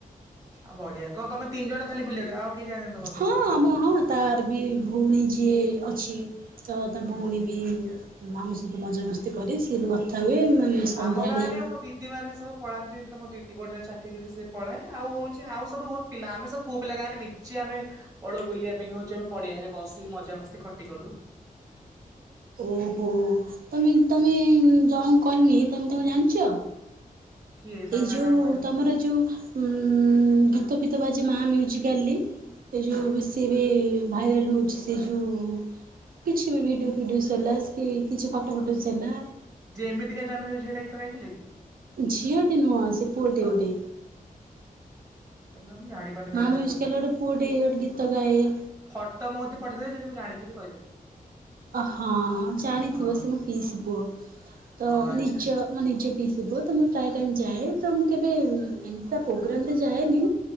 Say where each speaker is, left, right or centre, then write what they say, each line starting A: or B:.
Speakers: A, on the right (about 25°); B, on the right (about 75°).
A: ହଁ ବଢିଆ କଣ ତମେ ତିନିଜଣ ଖାଲି ବୁଲିବାକୁ ଯାଅ ଆଉ କେହି ଯାଆନ୍ତିନି ତମ ସହିତ?
B: ହଁ ଆମ ହଁ ତାର ବି ଭଉଣୀ ଯିଏ-ଏ-ଏ ଅଛି ତ ତା
A: ହୁଁ
B: ଭଉଣି ବି ମାମୁଁ ସହିତ ମଜାମସ୍ତି କରି ସିଏ କଥା ହୁଏ। ମାନେ ସନ୍ଧ୍ୟାବେଳେ
A: ଆମ ଗାଁରେ ମୋ ଦିଦି ମାନେ ସବୁ ପଳାନ୍ତି ତ ମୋ ଦି ଦି ଗୋଟେ ଚାକିରି କିି ସେ ପଳାଏ। ଆଉ ହଉଛି ଆଉ ସବୁ ବହୁତ ପିଲା ଆମେ ସବୁ ପୁଅ ପିଲା ଗାଁରେ ମିଚେ ଆମେ ପଳଉ ବୁଲିବା ପାଇଁ ହଉଛି ଆମେ ପଡିଆରେ ବସି ମଜାମସ୍ତି ଖଟି କରୁ।
B: ଓହୋ ତମେ ତମେ ଜଣ କର୍ମୀ ତମେ ତାକୁ ଜାଣିଛ?
A: କିଏ ତାଙ୍କ
B: ଏଇ
A: ନାଁ
B: ଯୋଉ
A: ଟା କଣ କହିଲ
B: ତମର ଯୋଉ ଉ-ଉ-ଉ-ଉ ଗୀତ ଗିତ ଫିତ ବାଯେ ମାଆ ମ୍ୟୁଜିକଆଲଲି। ଏ ଯେଉଁ ସିଏ ବି ଭାଇରାଲ୍ ହେଉଛି ସେ ଯେଉଁ-ଉ-ଉ କିଛି ବି ଭିଡ଼ିଓ ଫିଡ଼ିଓସ୍ ହେଲା, କି କିଛି ଫଟୋ ଫଟୋସ୍ ହେଲା
A: ଯିଏ ଏମିତିକା ଜହ୍ନ ଯୋଉ ଝିଅଟା ଗୀତ ଗାଇଥିଲେ କି?
B: ଝିଅଟେ ନୁଅ ସେ ପୁଅଟେ
A: ହଉ
B: ଗୋଟେ।
A: ନା ମୁ ଜାଣିପାରୁନି କାହା
B: ମା
A: କଥା
B: ମ୍ୟୁଜିକାଲ
A: କହୁଛ।
B: ଗୋଟେ ପୁଅଟେ ଗୋଟେ ଗୀତ ଗାଏ
A: ଫଟୋ ମୁଁ ଯଦି ପଠେଇଦେବି ଯଦି ମୁ ଜାଣି ତେବେ କହି
B: ଅ ହଁ ଜାଣିଥିବ
A: ହଁ
B: ସେ ମୋ ପିଇସି ପୁଅ। ତ
A: ହଉ
B: ମୋ
A: ଆଚ୍ଛା
B: ନିଜ ମୋ ନିଜ ପିଇସି ପୁଅ ତ ମୁଁ ପ୍ରାୟ ଟାଇମ୍ ଯାଏ। ତ ମୁଁ କେବେ ଏତି ପ୍ରୋଗ୍ରାମରେ ଯାଏନି।